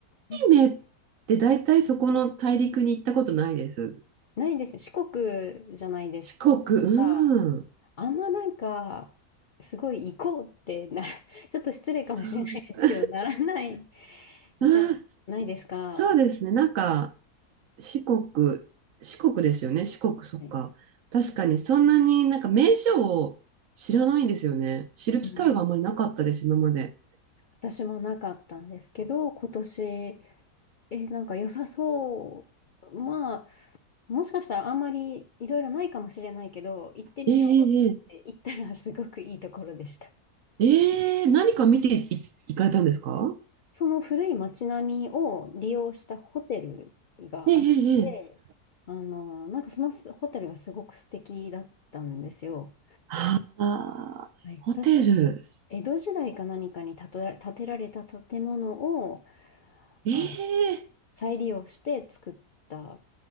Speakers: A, on the left (about 75°); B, on the right (about 65°).
A: え
B: 愛媛って大体そこの大陸に行ったことないです。
A: ないですよ。四国じゃないです
B: 四国、うん。
A: か。あんまなんか、すごい行こうってな、<laughs> ちょっと失礼かもしれないですけど、
B: そう。
A: ならない
B: あー、
A: じゃないですか。
B: そうですね。なんか、四国、四国ですよね。四国、そっか。
A: はい
B: 確かに、そんなになんか名所を知らないんですよね。知る機会があんまりなかったです、
A: うん
B: 今まで。
A: 私もなかったんですけど、今年、え、なんか良さそう。まあ、もしかしたらあんまりいろいろないかもしれないけど、行ってみようって言って行ったらすごくいいところでした。
B: ええええええ何か見てい、行かれたんですか
A: その古い街並みを利用したホテルがあって、
B: ええええええ
A: あの、なんかそのすホテルがすごく素敵だったんですよ。
B: ああ、
A: はい、
B: ホテル。
A: 確か江戸時代か何かに建てら建てられた建物を
B: ええ
A: あ再利用して作った。